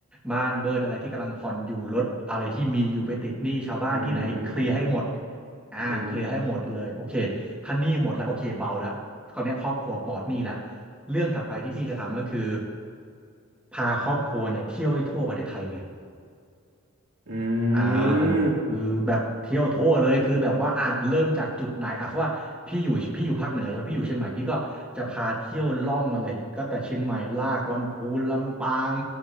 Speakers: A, in the centre; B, on the right.
A: บ้านเบิดอะไรที่กำลังผ่อนอยู่รถอะไรที่มีอยู่ไปติดหนี้ชาวบ้านที่ไหนเคลียร์ให้หมด
B: อืม
A: อ่าเคลียร์ให้หมดเลยโอเคถ้าหนี้หมดแล้วโอเคเบาแล้วคราวเนี้ยครอบครัวปลอดหนี้แล้ว
B: อืม
A: เรื่องถัดไปที่พี่จะทำก็คือพาครอบครัวเนี่ยเที่ยวให้ทั่วประเทศไทยเลย
B: อื
A: อ่า
B: ม
A: คือแบบเที่ยวทั่วเลยคือแบบว่าอ่ะเริ่มจากจุดไหนอ่ะเพราะว่าพี่อยู่พี่อยู่ภาคเหนือใช่ไหมพี่อยู่เชียงใหม่พี่ก็จะพาเที่ยวล่องมาเลยก็แต่เชียงใหม่ลากลำพูนลำปาง